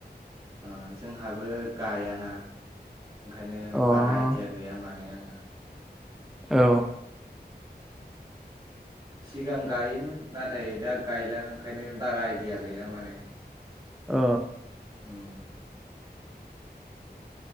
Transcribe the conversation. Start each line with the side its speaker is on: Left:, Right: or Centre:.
Right: ओ जोंहाबो गायाना ओंखायनो
Centre: अ
Right: बारा आइदिया गैया माने आं द
Centre: औ
Right: सिगां गायोमोन नाथाय दा गायला ओंखायनो बारा आइडिया गैला माने
Centre: अ
Right: उम